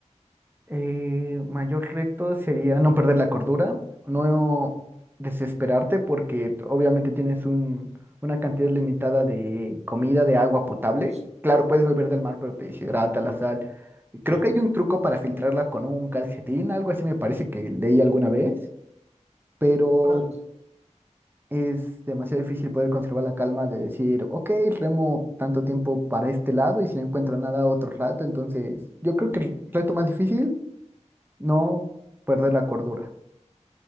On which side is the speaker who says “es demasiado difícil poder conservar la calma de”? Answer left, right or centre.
Right